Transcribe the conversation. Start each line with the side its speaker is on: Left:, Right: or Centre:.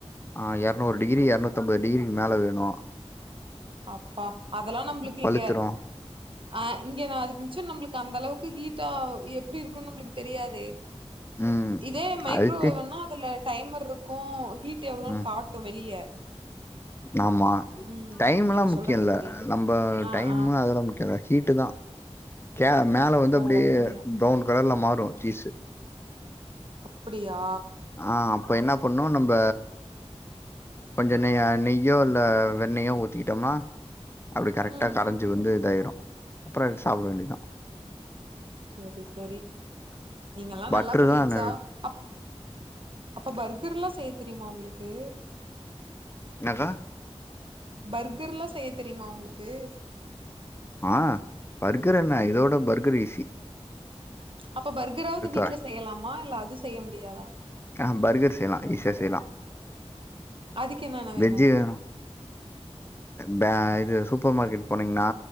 Left: ஆ எறநூறு டிகிரி எறநூத்தம்பது டிகிரிக்கு மேல வேணும்
Right: அப்பா அதெல்லாம் நம்ம்பளுக்கு
Left: பழுத்துரு
Right: இங்க அ இங்க நான் அதுக்கு மிச்சம் நம்மளுக்கு அந்த அளவுக்கு ஹீட்டா எப்படி இருக்குனு நம்மளுக்கு தெரியாதே
Left: ம்
Right: இதே மைக்ரோவேவ்ன்னா
Left: அழுத்தி
Right: அதுல டைமர் இருக்கும் ஹீட் எவ்வளவுன்னு
Left: ம்
Right: காட்டும் வெளிய
Left: ஆமா
Right: ம்
Left: டைம்ல்லாம்
Right: நீங்க
Left: முக்கியொ
Right: சொல்றது
Left: இல்ல
Right: புரியுது
Left: நம்ப
Right: ஆ
Left: டைமு
Right: ஆ
Left: அதெல்லாம் முக்கியம் ஹீட்டு தான் கே மேல வந்து
Right: ஓ
Left: அப்படியே
Right: அப்டியா
Left: ப்ரௌன் கலர்ல மாறும் சீஸு
Right: அப்பிடியா
Left: ஆ அப்ப என்ன பண்ணு நம்ப கொஞ்ச நெய் அ நெய்யோ இல்ல வெண்ணெயோ ஊத்திகிட்டோம்னா அப்பிடி கரெக்டா
Right: ம்
Left: கரஞ்சு வந்து இதாயிரு. அப்பறோ எடுத்து சாப்ட வேண்டியதுதா
Right: செரி செரி நீங்கல்லா
Left: பட்ரு
Right: நல்லா பீ்ட்சா
Left: தா என்ன
Right: அப் அப்ப பர்கர் எல்லா செய்ய தெரியுமா உங்களுக்கு
Left: என்னகா
Right: பர்கர் எல்லா செய்ய தெரியுமா உங்களுக்கு
Left: ஆ பர்கர் என்ன இதவுட பர்கர் ஈசி.
Right: அப்ப பர்கராவது வீட்ல
Left: வரே
Right: செய்யலாமா. இல்ல அது செய்ய முடியாதா.
Left: ஆ பர்கர் செய்யலா. ஈசியா செய்யலா.
Right: அதுக்கு என்னென்ன வேணு
Left: வெஜ்ஜியா ப இது சூப்பர் மார்க்கெட் போனீங்கன்னா